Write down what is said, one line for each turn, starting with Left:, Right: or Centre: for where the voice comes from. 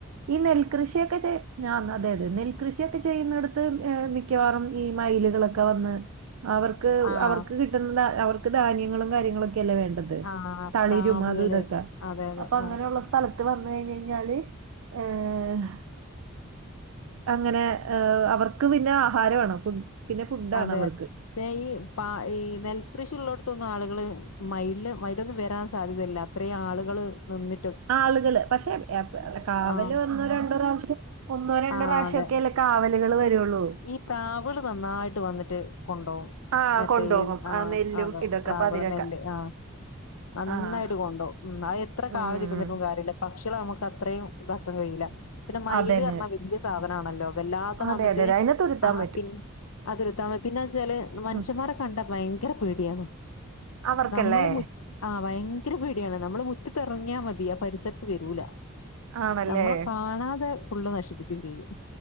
Right: ഈ നെൽകൃഷിയൊക്കെ ചെയ് ഞാ അതെ അതെ നെൽകൃഷിയൊക്കെ ചെയ്യുന്നെട മിക്കവാറും ഈ മയിലുകളൊക്കെ വന്ന് അവർക്ക്
Left: ആഹ്
Right: അവർക്ക് കി കിട്ടണ്ട അവർക്ക് ധാന്യങ്ങളും കാര്യങ്ങളൊക്കെയല്ലേ വേണ്ടത്
Left: ആഹ്
Right: തളിരും
Left: പ്രാവുകള്
Right: അത് ഇതൊക്കെ
Left: അതെ അതെ
Right: അപ്പൊ അങ്ങനെയുള്ള
Left: ആഹ്
Right: സ്ഥ സ്ഥലത്ത് വന്ന് കഴിഞ്ഞഴിഞ്ഞാല് ഏഹ് അങ്ങനെ ഏഹ് അവർക്ക് പിന്നെ ആഹാരവാണ് ഫു പിന്നെ ഫുഡാണ്
Left: അതെ
Right: അവർക്ക്
Left: പക്ഷെ ഈ പ ഈ നെൽകൃഷി ഉള്ളടത്തൊന്നും ആളുകള് മയില് മയിലൊന്നും വരാൻ സാധ്യതയില്ലാ ഇത്രയും ആളുകള് വന്നി
Right: ആളുകള് പക്ഷെ എപ് എപ് അല്ല കാവല്
Left: ആഹ്
Right: ഒന്നോ രണ്ടോ പ്രാവശ്യം ഒന്നോ രണ്ടോ
Left: ആഹ്
Right: പ്രാവശ്യം
Left: അതെ
Right: ഒക്കെല്ലേ കാവലുകള് വരൊള്ളൂ
Left: ഈ പ്രാവ്ള് നന്നായിട്ട് വന്നിട്ട് കൊണ്ടോം
Right: ആ
Left: മറ്റേ
Right: കൊണ്ടുപോകും
Left: ഈ ആഹ്
Right: ആ നെല്ലും
Left: അതെ
Right: ഇതൊക്കെ
Left: പ്രാവ്ള്
Right: പതിരൊക്കെ
Left: നെല്ല് ആഹ് നന്നായിട്ട്
Right: ആ
Left: കൊണ്ടോം ഉം അത് എത്ര
Right: ഉം
Left: കാവലിരുന്നിട്ടും കാര്യല്ലാ പക്ഷികളെ നമുക്ക് അത്രയും ഇതാക്കാൻ കഴിയില്ലാ പിന്നെ മയില്
Right: അതന്നെ
Left: പറണാ വലിയ സാധനാണല്ലോ വെല്ലാത്ത
Right: അതെ
Left: വന്നിട്ട്
Right: അതെ അതെ അതിനെ തുരുത്താൻ
Left: ആ
Right: പറ്റും
Left: പി അതൊരുത്താ പിന്നെ വെച്ചാല് മനുഷ്യന്മാരെ
Right: ഉം
Left: കണ്ട ഭയങ്കര പേടിയാണ്
Right: അവർക്കല്ലേ
Left: നമ്മള് മു ആഹ ഭയങ്കര പെടിയാണ് നമ്മള് മുറ്റത്തെറങ്ങിയാൽ മതി ആ പരിസരത്ത് വരൂല
Right: ആണല്ലേ
Left: നമ്മളെ കാണാതെ ഫുള്ള് നശിപ്പിക്കയും ചെയ്യും